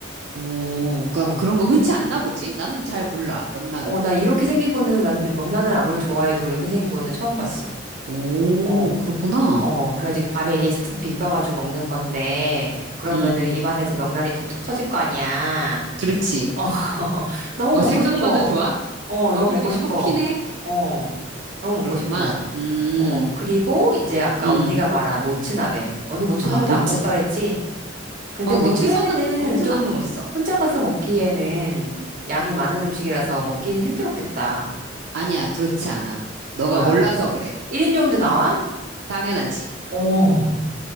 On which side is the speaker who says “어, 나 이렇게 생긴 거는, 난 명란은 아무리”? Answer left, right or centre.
Right